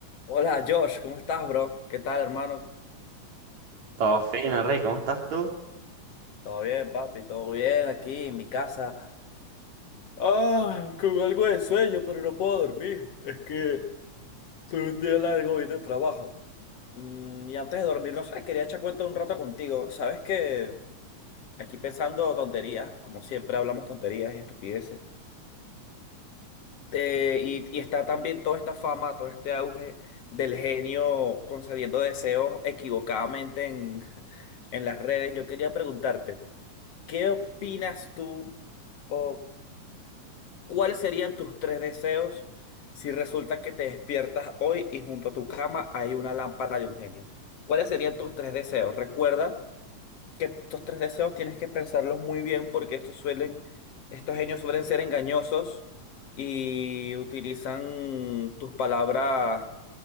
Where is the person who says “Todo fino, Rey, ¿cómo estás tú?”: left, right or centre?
Right